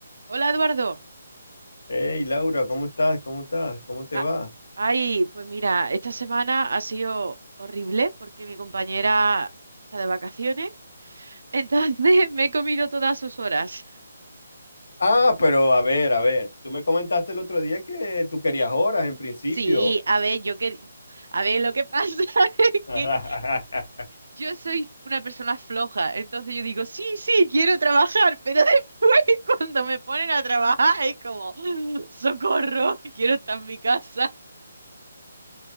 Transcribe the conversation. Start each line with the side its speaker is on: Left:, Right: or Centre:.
Right: Hola Eduardo.
Left: Hey Laura, ¿cómo estás? ¿Cómo estás? ¿Cómo te
Right: Ah,
Left: va?
Right: ay, pues mira, esta semana ha sido horrible porque mi compañera está de vacaciones, entonces <laughs> me he comido todas sus horas.
Left: Ah, pero a ver, a ver, tú me comentaste el otro día que tú querías horas en principio.
Right: Sí, a ver, yo que... A ver, lo que pasa <laughs> es
Left: <laughs>
Right: que yo soy una persona floja, entonces yo digo, sí, sí, quiero trabajar, pero <laughs> después cuando me ponen a trabajar es como, "Ah, socorro, <laughs> quiero estar en mi casa,